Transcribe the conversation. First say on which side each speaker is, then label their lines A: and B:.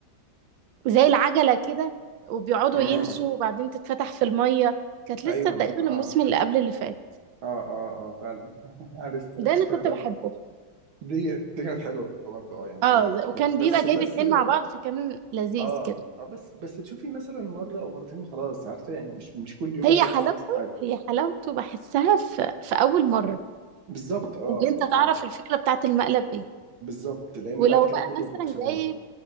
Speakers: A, on the right; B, on the right.
A: زي العجلة كده وبيقعدوا
B: امم
A: يمشوا وبعدين تتفتح في المية كانت لسه
B: ايوه
A: تقريبا
B: اه
A: الموسم اللي قبل اللي فات
B: اه اه اه فعلا <laughs> عارف افتكرتها
A: ده انا كنت بحبه
B: دي دي كانت حلوة برضه اه يعني
A: اه
B: كانت
A: ز- وكان
B: بس
A: بيبقى جايب
B: بس
A: اتنين مع بعض فكان لذيذ
B: اه
A: كده
B: اه بس بس تشوفي مثلا مرة أو مرتين وخلاص عارفة يعني مش مش كل يوم
A: هي
B: هفضل
A: حلاوته
B: أشوف نفس الحاجة
A: هي حلاوته بحسها في, في اول مرة
B: بالظبط اه
A: ان
B: يعني
A: انت
B: اه
A: تعرف الفكرة بتاعت المقلب ايه
B: بالظبط لأن
A: ولو
B: بعد كده
A: بقى
B: كله
A: مثلا
B: بيبقى شبه بعض.
A: جايب